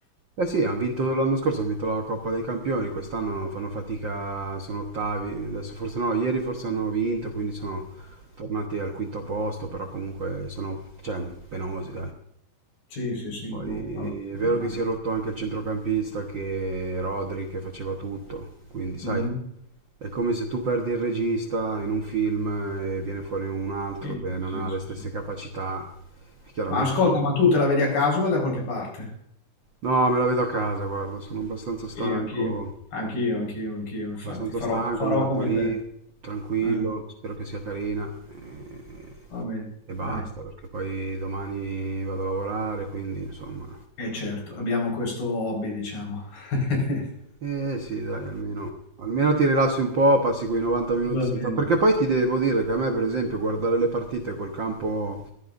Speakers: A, on the right; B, on the left.
A: Eh sì, hanno vinto l'anno scorso, hanno vinto la Coppa dei Campioni, quest'anno fanno fatica, sono ottavi, adesso forse no, ieri forse hanno vinto, quindi sono tornati al quinto posto, però comunque sono, cioè, penosi,
B: Sì, sì, sì,
A: Poi
B: boh, vabbè, vediamo.
A: è vero che si è rotto anche il centrocampista, che Rodri che faceva tutto, quindi sai,
B: Mhm.
A: è come se tu perdi il regista in un film e viene fuori un altro
B: Sì,
A: che non
B: sì,
A: ha
B: sì,
A: le stesse
B: sì.
A: capacità, chiaramente.
B: Ma ascolta, ma tu te la vedi a caso o da qualche parte?
A: No, me la vedo a casa, guarda, sono abbastanza stanco,
B: Sì, anch'io, anch'io, anch'io, anch'io, infatti.
A: abbastanza
B: Farò,
A: stanco,
B: farò
A: mi metto
B: come
A: lì,
B: te.
A: tranquillo,
B: Eh,
A: spero che sia carina e,
B: va bene,
A: e basta,
B: dai.
A: perché poi domani vado a lavorare, quindi insomma,
B: E certo, abbiamo questo hobby, diciamo. <laughs>
A: Eh sì, dai, almeno, almeno ti rilassi un po', passi quei 90 minuti
B: Va
A: senza...
B: bene.
A: Perché poi ti devo dire che a me, per esempio, guardare le partite col campo,